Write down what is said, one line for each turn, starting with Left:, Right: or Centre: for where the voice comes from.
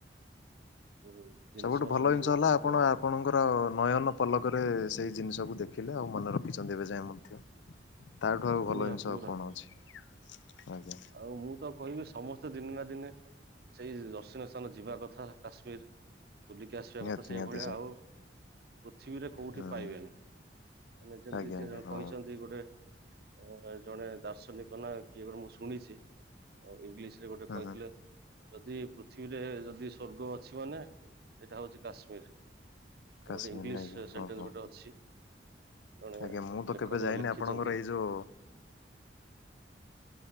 Right: <unintelligible>
Left: ସବୁଠୁ ଭଲ ଜିନିଷ ହେଲା
Right: କାଶ୍ମୀରର
Left: ଆପଣ ଆପ୍ ଆପଣଙ୍କର ନୟନ ପଲକରେ ସେଇ ଜିନିଷକୁ ଦେଖିଲେ ଆଉ ମନେ ରଖିଛନ୍ତି ଏବେ ଯାଏ ମଧ୍ୟ। ତାଠୁ ଆଉ
Right: ପୁରା
Left: ଭଲ ଜିନିଷ
Right: ପୁରା
Left: କଣ ଅଛି, ଆଜ୍ଞା।
Right: ଆଉ ମୁଁ ତ କହିବି ସମସ୍ତେ ଦିନେ ନା ଦିନେ। ସେଇ ଦର୍ଶନୀୟ ସ୍ଥାନ ଯିବା କଥା କାଶ୍ମୀର୍। ବୁଲିକି ଆସିବାକଥା
Left: ନିହାତି
Right: ସେଇଭଳିଆ
Left: ନିହାତି ସାର୍
Right: ଆଉ ପୃଥିବୀରେ କୋଉଠି
Left: ହୁଁ
Right: ପାଇବେନି। ମାନେ ଯେମିତି
Left: ଆଜ୍ଞା
Right: ଯିଏ
Left: ଆଜ୍ଞା
Right: ଜଣେ
Left: ହଁ
Right: କହିଛନ୍ତି ଗୋଟେ। ଅ ଜଣେ ଦାର୍ଶନିକ ନା କିଏ ଗୋଟେ ମୁଁ ଶୁଣିଛି। ଆଉ ଇଂଗ୍ଲିଶ୍ ରେ ଗୋଟେ
Left: ହୁଁ
Right: କହିଥିଲେ।
Left: ହୁଁ।
Right: ଯଦି ପୃଥିବୀରେ ଯଦି ସ୍ୱର୍ଗ ଅଛି ମାନେ ଏଇଟା ହଉଛି କାଶ୍ମୀର୍।
Left: କାଶ୍ମୀର
Right: ଗଟେ ଇଂଗ୍ଲିଶ୍
Left: ନାଇଁକି
Right: ସେଣ୍ଟେନ୍ସ
Left: ହଁ ହଁ
Right: ଗୋଟେ ଅଛି। ଜଣେ
Left: ଆଜ୍ଞା ମୁଁ ତ
Right: ଲେଖକ
Left: କେବେ ଯାଇନି
Right: ଲେଖିଚନ୍ତି।
Left: ଆପଣଙ୍କର ଏଇ ଯୋଉ